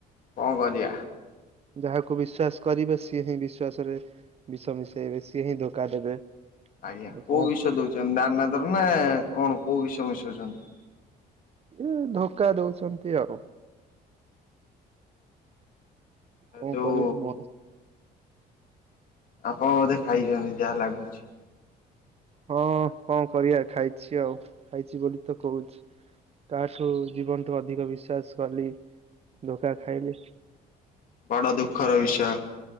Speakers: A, on the left; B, on the right.
A: କଣ କରିବା।
B: ଯାହାକୁ ବିଶ୍ଵାସ କରିବେ। ସିଏ ହିଁ ବିଶ୍ଵାସରେ ବିଷ ମିଶେଇବେ। ସିଏ ହିଁ ଧୋକା ଦେବେ।
A: ଆଜ୍ଞା,
B: ଆଉ କଣ
A: କୋଉ ବିଷ
B: କରିବେ
A: ଦଉଚନ୍ତି, ଦାନାଦାର ନା କଣ କୋଉ ବିଷ ମିଶଉଛନ୍ତି?
B: ଏ ଧୋକା ଦଉଛନ୍ତି ଆଉ। କଣ
A: ଯୋଉ
B: କରିବା ମୋର?
A: ଆପଣ ବୋଧେ ଖାଇଛନ୍ତି। ଯାହା ଲାଗୁଛି।
B: ହଁ କଣ କରିବା! ଖାଇଛି! ଆଉ ଖାଇଛି ବୋଲି ତ କହୁଛି। କାହା ଠୁ ଜୀବନଠୁ ଅଧିକ ବିଶ୍ୱାସ କଲି ଧୋକା ଖାଇଲି।
A: ବଡ ଦୁଃଖର ବିଷୟ!